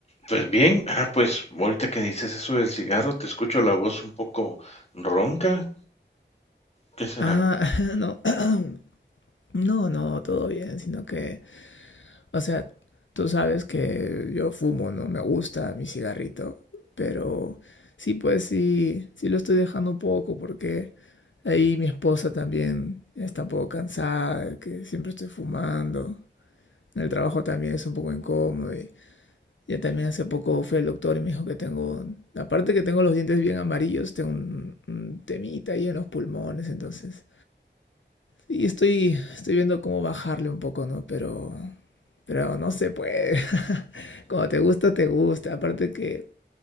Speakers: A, on the left; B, on the left.
A: Pues bien, ah, pues ahorita que dices eso del cigarro, te escucho la voz un poco ronca. ¿Qué será?
B: Ah, <laughs> no, <clears throat> no, no, todo bien, sino que O sea, tú sabes que yo fumo, ¿no? Me gusta mi cigarrito, pero sí, pues sí, sí lo estoy dejando un poco porque ahí mi esposa también está un poco cansada, de que siempre estoy fumando. En el trabajo también es un poco incómodo y ya también hace poco fui al doctor y me dijo que tengo, aparte que tengo los dientes bien amarillos, tengo un, un temita ahí en los pulmones, entonces sí, estoy, estoy viendo cómo bajarle un poco, ¿no? Pero, pero no se puede. <laughs> Cuando te gusta, te gusta. Aparte que